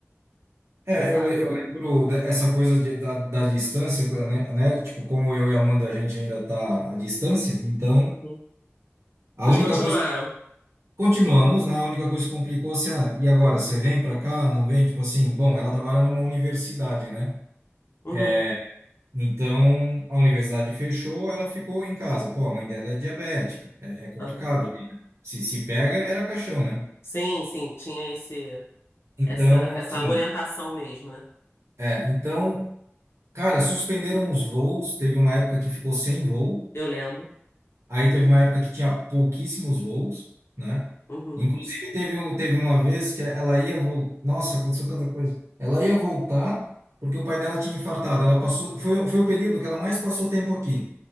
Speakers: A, on the right; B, on the left.
A: É,
B: Bizarro.
A: eu, le- eu lembro de- essa coisa de- da, da distância, né, né? Tipo, como eu e a Amanda, a gente ainda tá à distância, então
B: Uhum.
A: a
B: Vocês
A: única
B: continuaram?
A: coisa continuamos, né? A única coisa que complicou se ah, e agora, você vem para cá, não vem? Tipo assim, bom, ela trabalha numa universidade, né?
B: Uhum.
A: É, Então a universidade fechou, ela ficou em casa. Pô, a mãe dela é diabética, é, é complicado.
B: aham.
A: Se se pega, era caixão, né?
B: Sim, sim, tinha esse,
A: Então,
B: essa, essa
A: assim,
B: orientação mesmo, né?
A: é, então, cara, suspenderam os voos, teve uma época que ficou sem voo.
B: Eu lembro.
A: Aí teve uma época que tinha pouquíssimos voos, né?
B: Uhum.
A: Inclusive teve, um- teve uma vez que ela ia voltar. Nossa, aconteceu tanta coisa. Ela ia voltar porque o pai dela tinha infartado. Ela passou, foi, foi o período que ela mais passou tempo aqui.